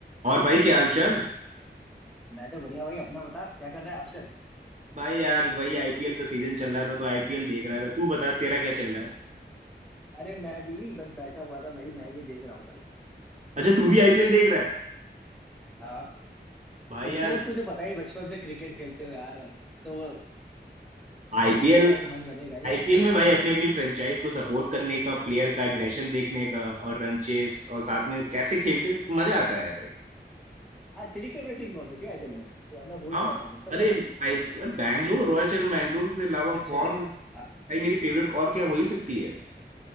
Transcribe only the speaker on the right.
और भाई क्या हाल चाल
भाई यार वही आईपीएल का सीजन चल रहा था तो आईपीएल देख रहा था तू बता तेरा क्या चल रहा है
अच्छा तू भी आईपीएल देख रहा है
भाई
यार
आईपीएल
आईपीएल में भाई अपनी अपनी फ्रेंचाइज को सपोर्ट करने का प्लेयर का एग्रेशन देखने का और रन चेस और साथ में कैसे खेलते हैं मजा आता है भाई
हाँ
अरे
आई अरे बैंगलोर रॉयल चैलेंजर्स बैंगलोर के अलावा
कौन भाई
मेरी फेवरेट और क्या हो ही सकती है